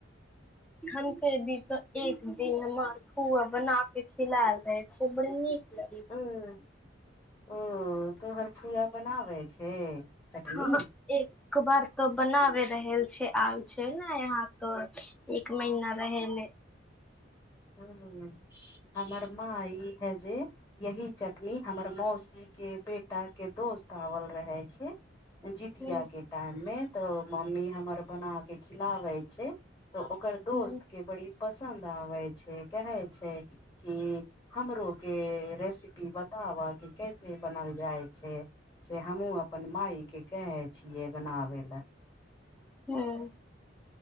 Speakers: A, in the centre; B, on the left (about 20°).
A: हम के भी तऽ एक दिन मार पुआ बना के खिलायल दैय छै ओ बड़ नीक लगे
B: उंह ओ तोहर फुआ बनाबै छै चटनी
A: हँ एक बार तऽ बनाबे रहल छै आल छै ने यहाँ तो एक महिना रहेले
B: हूँ हूंम्म हमर माँ ई है जे यही चटनी हमर मौसी के बेटा के दोस्त आवल रहे छै जितिया
A: हूँ
B: के टाइम मे तऽ मम्मी हमर बना के खिलाबे छै तऽ ओकर दोस्त
A: हूँ
B: के बड़ी पसन्द आवै छै कहै छै कि हमरो के रेसपी बताबऽ की कैसे बनल जाइ छै से हमहुँ अपन माइके कहै छियै बनाबै लए
A: हूंम्म